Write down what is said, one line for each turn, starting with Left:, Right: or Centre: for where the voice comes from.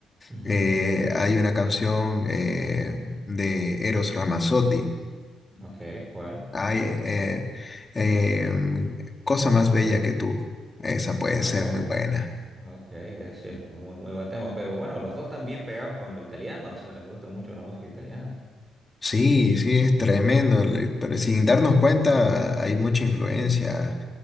Right: Ujú,
Left: Eh, hay una canción eh, de Eros Ramazzotti,
Right: Ok, ¿cuál?
Left: hay eh, eh, em, Cosa más bella que tú, esa puede
Right: Ok.
Left: ser muy buena.
Right: Ok, eh, sí, es un muy, muy buen tema, pero bueno, los dos están bien pegados con lo italiano, o sea, les gusta mucho la música italiana.
Left: Sí, sí, es tremendo, le- pero sin darnos cuenta hay mucha influencia